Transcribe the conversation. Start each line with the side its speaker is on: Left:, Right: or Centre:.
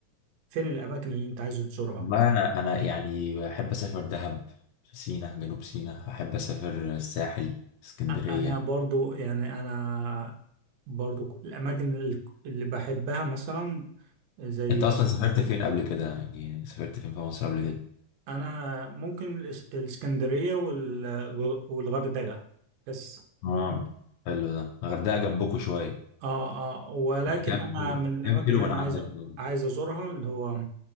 Right: فين الاماكن اللي انت عايز تزورها
Left: ما أنا أنا يعني بحب أسافر دهب سينا جنوب سينا أحب أسافر الساحل اسكندرية
Right: أ- انا برضو يعني انا برضو الاماكن اللي اللي بحبها مثلا زي
Left: أنت أصلا سافرت فين قبل كده يعني سافرت فين في مصر قبل كده؟
Right: انا ممكن الإس- الاسكندريه وال- والغردقه بس
Left: اه
Right: فاهم
Left: حلو ده الغردقة جنبكوا شوية
Right: اه اه ولكن
Left: كام
Right: انا
Left: كيلو
Right: من الاماكن
Left: كام كيلو
Right: اللي
Left: من
Right: انا
Left: عندك
Right: عايز
Left: بقى؟
Right: عايز ازورها اللي هو